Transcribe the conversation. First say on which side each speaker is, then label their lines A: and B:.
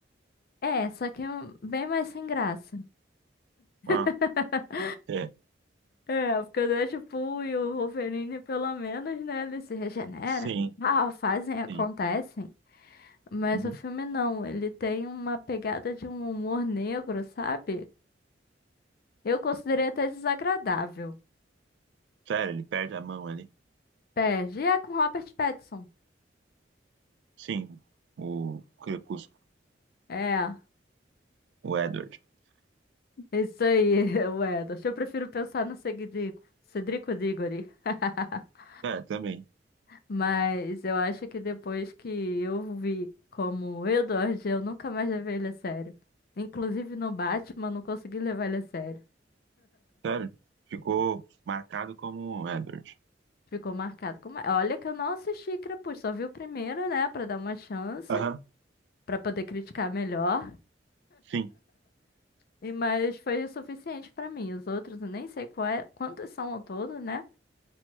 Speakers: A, on the left; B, on the right.
A: É, só que é um, bem mais sem graça.
B: Ah,
A: <laughs>
B: é.
A: É, porque o Deadpool e o Wolverine, pelo menos, né, eles se regeneram,
B: Sim,
A: ah, <laughs> fazem, acontecem.
B: sim.
A: Mas
B: Uhum.
A: o filme não, ele tem uma pegada de um humor negro, sabe? Eu considerei até desagradável.
B: Sério, ele perde a mão ali.
A: Perde, e é com Robert Pattinson.
B: Sim, o Crepúsculo,
A: É,
B: o Edward.
A: isso aí, <laughs> O Wedas. Eu prefiro pensar no Cedrico, Cedrico Diggory. <laughs>
B: É, também.
A: Mas eu acho que depois que eu vi como o Edward, eu nunca mais levei ele a sério. Inclusive no Batman, eu não consegui levar ele a sério.
B: Sério, ficou marcado como Edward.
A: Ficou marcado. Como... é. Olha que eu não assisti Crepúsculo, só vi o primeiro, né, Pra dar uma chance,
B: Aham,
A: pra poder criticar melhor.
B: sim,
A: E mas foi o suficiente pra mim. Os outros eu nem sei qual é- quantos são ao todo, né?